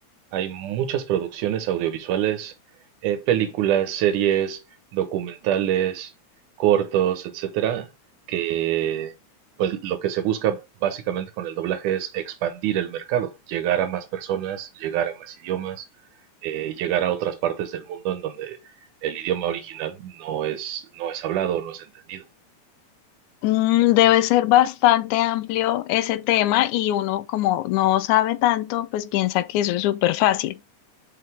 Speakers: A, on the right (about 85°); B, on the left (about 80°).
A: Hay muchas producciones audiovisuales, eh, películas, series, documentales, cortos, etcétera, que pues lo que se busca básicamente con el doblaje es expandir el mercado, llegar a más personas, llegar a más idiomas, eh, llegar a otras partes del mundo en donde el idioma original no es, no es hablado, no es entendido.
B: Mm, debe ser bastante amplio ese tema y uno como no sabe tanto, pues piensa que eso es súper fácil.